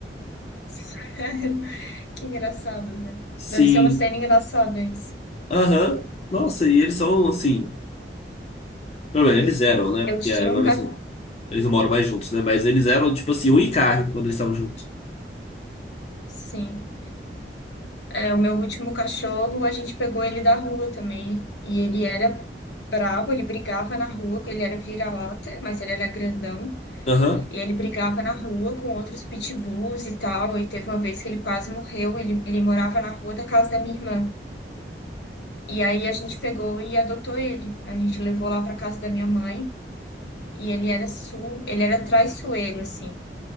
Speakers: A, on the left; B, on the left.
A: <laughs> Que engraçado, né?
B: Sim,
A: Deve ser uma cena engraçada isso.
B: aham. Nossa, e eles são assim. Pelo menos eles eram, né?
A: Eu
B: Porque
A: tinha
B: agora
A: um cachorro.
B: eles, eles não moram mais juntos, né? Mas eles eram, tipo assim, um e carne quando eles estavam juntos.
A: Sim. É, o meu último cachorro, a gente pegou ele da rua também. E ele era bravo, ele brigava na rua, ele era vira-lata, mas ele era grandão.
B: Aham.
A: E ele brigava na rua com outros pitbulls e tal. E teve uma vez que ele quase morreu. Ele, ele morava na rua da casa da minha irmã. E aí a gente pegou e adotou ele. A gente levou lá para casa da minha mãe. E ele era su, ele era traiçoeiro, assim.